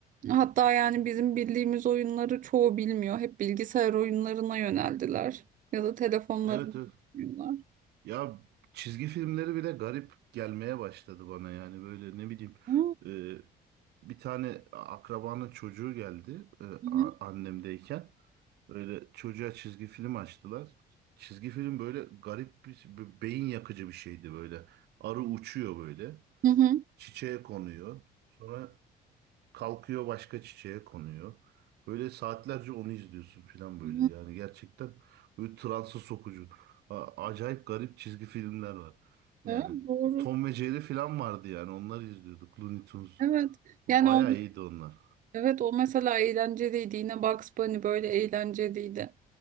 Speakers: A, on the right; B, on the right.
A: Hatta yani bizim bildiğimiz oyunları çoğu bilmiyor. Hep bilgisayar oyunlarına yöneldiler ya da telefonlarına
B: Evet evet.
A: oynuyorlar.
B: Ya çizgi filmleri bile garip gelmeye başladı bana yani böyle ne bileyim
A: Hı
B: e, bir tane akrabanın çocuğu geldi e,
A: hı.
B: a- annemdeyken böyle çocuğa çizgi film açtılar. Çizgi film böyle garip bir bir beyin yakıcı bir şeydi böyle. Arı uçuyor böyle
A: Hı hı.
B: çiçeğe konuyor sonra Kalkıyor başka çiçeğe konuyor. Böyle saatlerce onu izliyorsun falan böyle.
A: Hı.
B: Yani gerçekten böyle transa sokucu. A- Acayip garip çizgi filmler var. Yani
A: Evet doğru.
B: Tom ve Jerry falan vardı yani onları izliyorduk. Looney Tunes.
A: Evet.
B: Bayağı
A: Yani o
B: iyiydi onlar.
A: evet o mesela eğlenceliydi. Yine Bugs Bunny böyle eğlenceliydi.